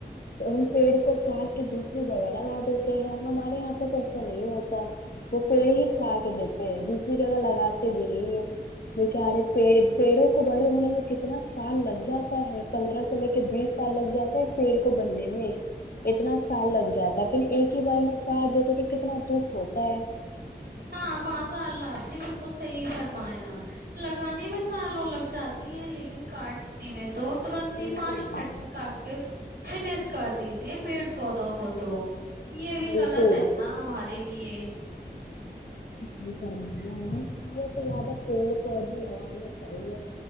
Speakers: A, on the left; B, on the right.
A: تو ان پیڑ کو کاٹ کے دوسری جگہ لگا دیتے ہیں ہمارے یہاں پہ تو ایسا نہیں ہوتا وہ پیڑ ہی کاٹ دیتے دوسری جگہ لگاتے بھی نہیں ہے بیچارے پڑ پیڑوں کو بڑے ہونے میں کتنا سال لگ جاتا ہے پندرہ سو لے کے بیس سال لگ جاتا ہے پیڑ کو بھرنے میں اتنا سال لگ جاتا ہے پھر ایک ہی بار میں کاٹ دیتے تو کتنا دکھ ہوتا ہے
B: ہاں ماسا اللہ آپ نے بالکل صحیح فرمایا لگانے میں سالوں لگ جاتی ہیں لیکن کاٹنے میں دو ترنت ہی
A: بالکل
B: پانچ منٹ
A: بھائی
B: تک کاٹ کے فنس کر دی دیے پیڑ پودوں کو تو یہ
A: بالکل
B: بھی غلط
A: بالکل
B: ہے نا ہمارے لیے
A: بی فرمانا ہے ہم زیادے سے زیادہ پیڑ پودے لگانا چاہیے